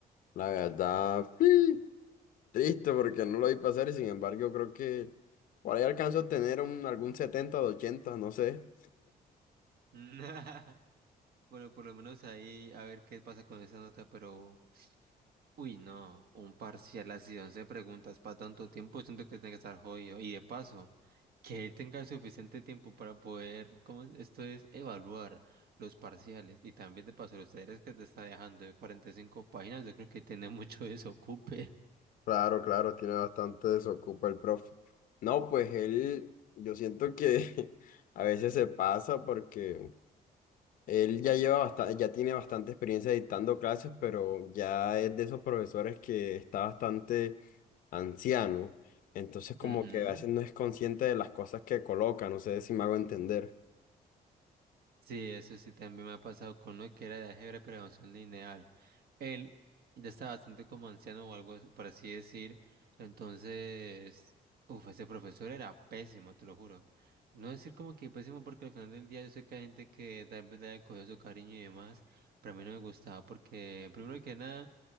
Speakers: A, on the left (about 60°); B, on the right (about 80°).
A: la verdad, sí, triste porque no lo vi pasar y sin embargo yo creo que por ahí alcanzo a tener un, algún 70 de 80, no sé.
B: <laughs> Bueno, por lo menos ahí a ver qué pasa con esa nota, pero Uy, no, un parcial así, 11 preguntas para tanto tiempo, siento que tiene que estar jodido. Y de paso, que él tenga suficiente tiempo para poder, ¿cómo es? Esto es evaluar los parciales. Y también de paso, los talleres que te está dejando de 45 páginas, yo creo que tiene <laughs> mucho desocupe.
A: Claro, claro, tiene bastante desocupa el profe. No, pues él, yo siento que <laughs> a veces se pasa porque él ya lleva bastante, ya tiene bastante experiencia dictando clases, pero ya es de esos profesores que está bastante anciano. Entonces, como
B: Ujú.
A: que a veces no es consciente de las cosas que coloca, no sé si me hago entender.
B: Sí, eso sí también me ha pasado con uno que era de álgebra pero de función lineal. Él ya estaba bastante como anciano o algo as- por así decir. Entonces, uff, ese profesor era pésimo, te lo juro. No decir como que pésimo porque al final del día yo sé que hay gente que tal vez le haya cogido su cariño y demás. Pero a mí no me gustaba porque, primero que nada,